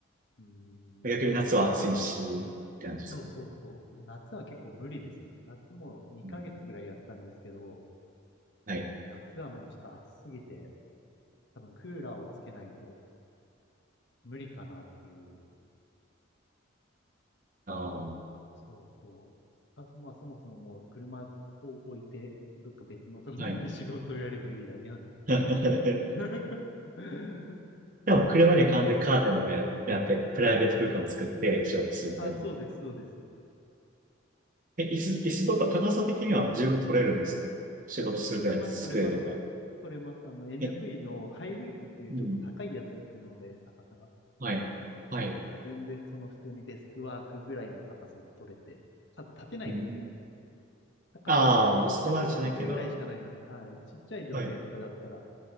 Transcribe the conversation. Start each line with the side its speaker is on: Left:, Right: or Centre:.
Left: うーん。
Right: 逆に夏は暑いし、って感じですかね。
Left: そうそうそう。もう夏は結構無理ですね。夏も2ヶ月ぐらいやったんですけど、
Right: うんはい。
Left: 夏はもうちょっと暑すぎて、多分クーラーをつけないと無理かなっていう。
Right: ああ、
Left: そうそう。あ、そまあそもそももう車を置いて、どっか別のところで仕事をやればいいだけなんですけどね。
Right: はい。<laughs>
Left: <laughs>
Right: でも車で完全にカーテンとかや、やって、プライベート空間を作って仕事するみたいな。
Left: あ、そうです、そうです。
Right: え、椅子、椅子とか高さ的には十分取れるんですか仕事するぐらいの机とか。
Left: 取れます、取れます。取れます。あの、NV
Right: え、
Left: のハイルーフっていうちょっと高いやつ乗ってるので、
Right: うん。
Left: 高さが。
Right: はい。はい。
Left: だから全然その普通にデスクワークぐらいの高さは取れて。ただ立てないですけどね。
Right: うん、
Left: 高さが100、
Right: ああ、まあそこまでじゃないけど、
Left: 160ぐらいしかないので、はい。ちっちゃい女性とかだったら、
Right: はい。